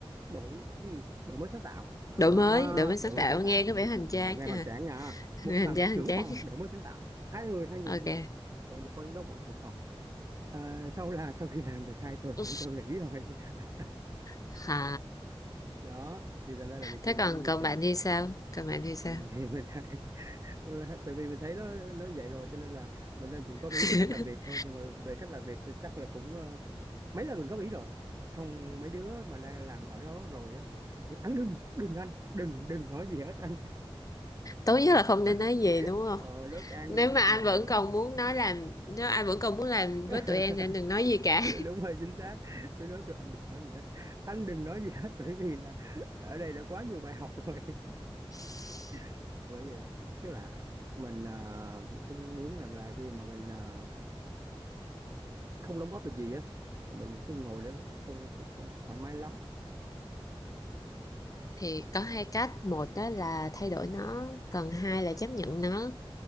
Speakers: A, on the right; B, on the left.
A: đổi cái gì đổi mới sáng tạo đó
B: đổi mới đổi mới sáng
A: đổi
B: tạo
A: mới sáng tạo
B: nghe có vẻ
A: Chị,
B: hoành
A: rồi,
B: tráng
A: nghe
B: nha
A: hoành tráng nha
B: <laughs>
A: một
B: hoành
A: thằng
B: tráng
A: trưởng
B: hoành tráng
A: phòng đổi mới sáng tạo hai người hai người
B: ok
A: hai người rồi nhập phó giám đốc bọn trưởng phòng à, sau là sau khi làm được hai tuần
B: Ừm,
A: cũng cho nghỉ rồi <laughs>
B: Hà
A: đó thì thành ra là mình chưa
B: thế
A: nói
B: còn
A: đến quy
B: còn
A: trình
B: bạn thì sao còn bạn thì sao
A: còn mình thì mình đã, <laughs> tại vì mình thấy nó nó vậy rồi cho nên là mình đang chỉ
B: <laughs>
A: góp ý về cách làm việc thôi nhưng mà về cách làm việc thì chắc là cũng ờ, mấy lần mình góp ý rồi xong mấy đứa mà đang làm ở đó rồi á nó kiểu anh đừng đừng anh đừng đừng nói gì hết anh
B: tốt nhất là không
A: <laughs>
B: nên nói gì đúng không
A: ờ nói can
B: nếu
A: luôn ngay
B: mà anh
A: từ đầu
B: vẫn
A: á
B: còn muốn nói làm nếu anh vẫn còn muốn làm
A: <laughs>
B: với tụi em thì anh đừng nói gì cả
A: đúng hơi chính xác tôi nói kêu anh đừng nói gì hết anh đừng nói gì hết bởi vì là ở đây đã quá nhiều bài học rồi
B: <laughs>
A: <laughs> bởi vậy tức là mình à, không muốn rằng là khi mà mình à, không đóng góp được gì á rồi mình cứ ngồi đó nó cũng không không không thoải mái lắm
B: thì có hai cách một đó là thay đổi nó còn hai là chấp nhận nó